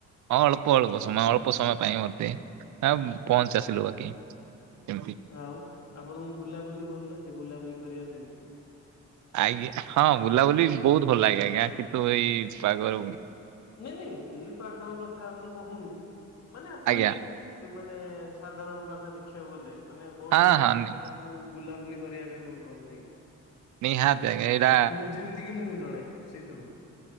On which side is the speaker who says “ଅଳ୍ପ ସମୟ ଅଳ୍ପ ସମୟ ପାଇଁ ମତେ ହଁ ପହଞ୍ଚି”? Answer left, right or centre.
Right